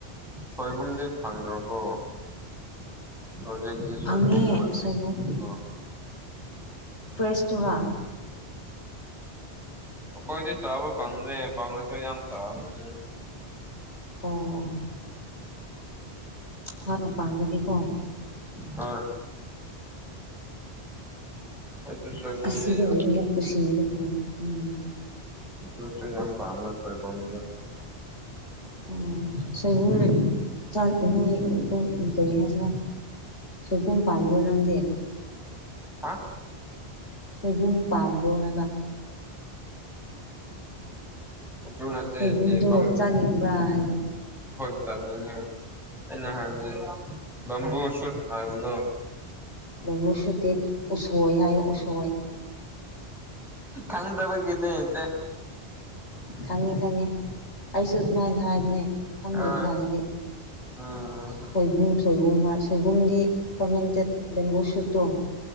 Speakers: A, in the centre; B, on the left.
A: ꯁꯣꯏꯕꯨꯝꯗꯤ ꯐꯪꯗ꯭ꯔꯕꯣ ꯍꯧꯖꯤꯛꯇꯤ
B: ꯐꯪꯉꯦ
A: ꯁꯣꯏꯕꯨꯝ
B: ꯁꯣꯏꯕꯨꯝ
A: ꯑꯣ
B: ꯐ꯭ꯔꯦꯁꯇꯣꯔꯥ
A: ꯑꯩꯈꯣꯏꯗꯤ ꯆꯥꯕ ꯐꯪꯗ꯭ꯔꯦ ꯐꯪꯉꯁꯨ ꯌꯥꯝ ꯇꯡꯒ꯭ꯔꯦ
B: ꯑꯣ ꯍꯣꯏ ꯃꯄꯥꯟꯗꯗꯤꯀꯣ
A: ꯍꯣꯏ <unintelligible>
B: ꯑꯁꯤꯗꯒꯤ
A: ꯌꯥꯝ
B: ꯑꯃꯨꯛ ꯄꯨꯁꯤꯟ <unintelligible> ꯅ ꯎꯝ
A: ꯑꯗꯨꯁꯨ ꯌꯥꯝ ꯄꯥꯝꯃꯦ ꯁꯣꯏꯕꯨꯝꯗꯣ
B: ꯑꯣ ꯁꯣꯏꯕꯨꯝ ꯆꯥꯏ ꯑꯗꯨꯝ ꯀꯔꯤ ꯍꯥꯏꯁꯤꯔꯥ ꯁꯣꯏꯕꯨꯝ ꯄꯥꯝꯕ꯭ꯔꯣ ꯅꯪꯗꯤ
A: ꯍꯥ
B: ꯁꯣꯏꯕꯨꯝ ꯄꯥꯝꯕ꯭ꯔꯣ ꯍꯥꯏꯕ
A: ꯑꯗꯨ ꯅꯠꯇꯦ
B: ꯁꯣꯏꯕꯨꯝꯗꯣ
A: ꯆꯦꯕꯝ
B: ꯆꯥꯅꯤꯡꯕ꯭ꯔꯥ ꯍꯥꯏꯕ
A: ꯍꯣꯏ ꯆꯥꯅꯤꯡꯉꯤ ꯑꯩꯅ ꯍꯥꯏꯕꯁ ꯕꯝꯕꯨ ꯁꯨꯠ ꯍꯥꯏꯕꯗꯣ
B: ꯕꯦꯝꯕꯨ ꯁꯨꯠꯇꯤ ꯎꯁꯣꯏ ꯍꯥꯏꯌꯣ ꯎꯁꯣꯏ
A: ꯈꯪꯗ ꯕꯒꯤꯅꯦ ꯆꯦ
B: ꯈꯪꯉꯦ ꯈꯪꯉꯦ ꯑꯩꯁꯨ ꯑꯗꯨꯃꯥꯏꯅ ꯍꯥꯏꯕꯅꯦ ꯈꯪꯗꯕ
A: ꯑ
B: ꯀꯥꯟꯗꯗꯤ
A: ꯎꯝ
B: ꯁꯣꯏꯕꯨꯝ ꯁꯣꯏꯕꯨꯝ ꯍꯥꯏ ꯁꯣꯏꯕꯨꯝꯗꯤ ꯐꯔꯃꯦꯟꯇꯦꯠ ꯕꯦꯝꯕꯨ ꯁꯨꯠꯇꯣ